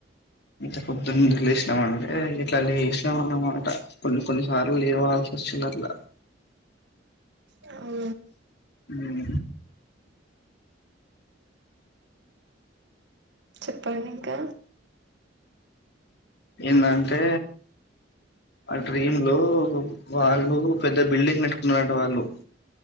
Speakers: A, on the left; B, on the right.
A: ఇంత పొద్దున్ ఎందుకు లేసినావంటే, ఇట్ల లేసినాం అన్నమాట కొన్ని కొన్ని సార్లు లేవాల్ వోస్తుందట్ల.
B: అవు
A: మ్మ్
B: చెప్పండి ఇంకా?
A: ఏందంటే, ఆ డ్రీమ్ లో వాళ్ళు పెద్ద బిల్డింగ్ పెట్టుకున్నరట వాళ్ళు.